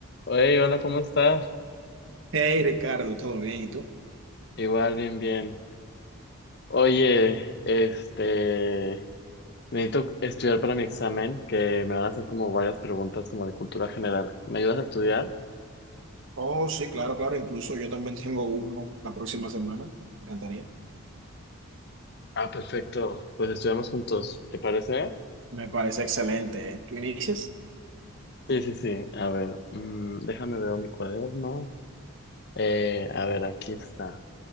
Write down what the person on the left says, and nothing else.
Oye, hola, ¿cómo estás?
Igual, bien, bien. Oye, este, necesito estudiar para mi examen, que me van a hacer como varias preguntas como de cultura general. ¿Me ayudas a estudiar?
Ah, perfecto. Pues estudiamos juntos, ¿te parece?
Sí, sí, sí. A ver, mm, déjame ver mi cuaderno. Eh, a ver, aquí está.